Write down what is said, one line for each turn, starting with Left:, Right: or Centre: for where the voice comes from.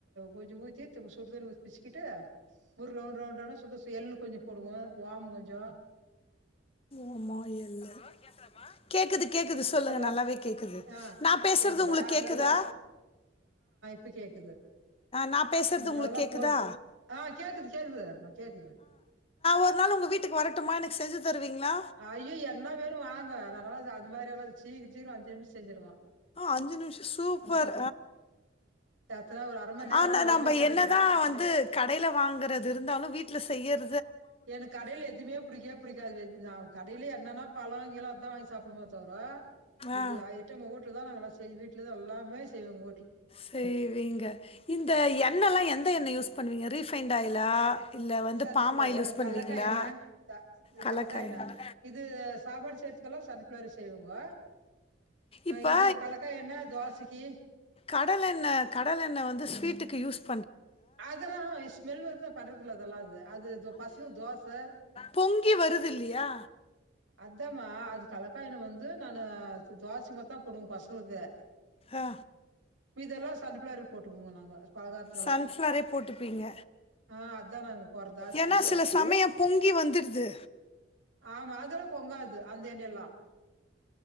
Right: ஊ சுட்டு ஒரு ரவுண்ட் ரவுண்ட் ரவுண்ட் எள்ளு கொஞ்சம் போடுவோம் ஓமம் கொஞ்சம் போடும் ம் கொஞ்சம்
Left: ஓமா எல்ல கேக்குது கேக்குது சொல்லுங்க
Right: ஹலோ
Left: நல்லாவே கேக்குது
Right: ஆ
Left: நான் பேசுறது
Right: கேக்குதா
Left: உங்களுக்கு
Right: அதெல்லா
Left: கேக்குதா
Right: <unintelligible>
Left: ந பேசுறது
Right: அதெல்லா
Left: உங்க கேக்குதா
Right: போட் ஆ கேக்குது கேக்குதுமா கேக்குது
Left: ஒரு நாள் உங்க வீட்டுக்கு வரட்டுமா எனக்கு செஞ்சு தருவீங்களா
Right: அஐயோ என்ன வேணும் வாங்க நல்லல்லா அது மாதிரி எல்லாம் சீக்க சீரம்ஞ்சு நிமிசம் செஞ்சருவான்
Left: அஞ்சு நிமிஷம் சூப்பர்
Right: ஆ எத்தன ஒரு அர மண் நேரத்துல
Left: ஆன
Right: எல்லாமே
Left: நம்ம
Right: செஞ்சிருவோ
Left: என்னதான் வந்து கடில வாங்கறது இருந்தாலும் வீட்டுல செய்யற
Right: எனக்கு கடையையில் எதுவுமே ப புடிக்க ப புடிக்காது நான் கடையிலே என்னன்னா பழம்ங்காம் அதான் வாங்கி சாப்பிடுரோ தவர
Left: ஆ
Right: இது வீட்டுல தான் நா எல்லாம் வீட்டுலான் எல்லாமே செய்வங்க
Left: செய்வீங்க இந்த எண்ணல்லாம் எந்த அத என்ன யூஸ் பண்ணுவீங்க ரீஃபைன்ண்ட் ஆயிலா இல்ல வந்து
Right: சன்ஃளோரு
Left: பாம் ஆயில் யூஸ் பண்ணுவீங்களா
Right: கலக்காய் என்ண்ணெ
Left: கலக்கா
Right: கலக்காய் எண்ணய
Left: எண்ணெ
Right: இது சாப்பாடு செய்துக்கெல்லாம் சன்ஃளோரு செய்வங்கஹ
Left: இப்ப
Right: இது கலக்காய் எண்ணனய தோசைக்கு
Left: கடல் என்ன கடல் என்ன வந்து ஸ்வீட்டுக்குயூஸ்
Right: அதெல்லாம் ஸ்மெல் வந்து பண்றதுல அதெல்லாம் அ அது பசங்க தோசை
Left: பொங்கி வருது இல்லையா
Right: அதமா அது கலக்காயனம் வந்து நான் துவாசி மத்தான் போடுவங்க பசங்களுக்கு
Left: ஆ
Right: இப்ப இதெல்லாம் சக போட்டுக்கோங்க நாங்க பலகாரத்துக்கல்லாம்
Left: சன்ஃப்ளவரே போட்டுப்பீங்க
Right: ஆஹ் அத நாங்க போறதாஸ்தி
Left: ஏன்னா சில சமயம் பொங்கி வந்துடுது
Right: ஆமா எல்லாம் பொங்காது அந்த என்னெய் எல்லாம்